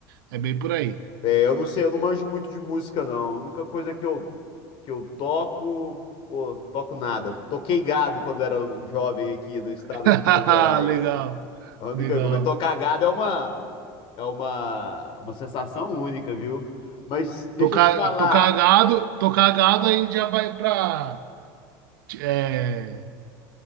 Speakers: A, on the right; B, on the left.
A: É bem por aí.
B: É, eu não sei, eu não manjo muito de música, não. A única coisa que eu, que eu toco, pô, toco nada. Toquei gado quando era jovem aqui no estado
A: <laughs>
B: de Minas Gerais.
A: Legal,
B: A única
A: legal.
B: coisa, tocar gado é uma, é uma, uma sensação única, viu? Mas deixa
A: Tocar,
B: eu te falar,
A: tocar gado, tocar gado aí já vai pra é,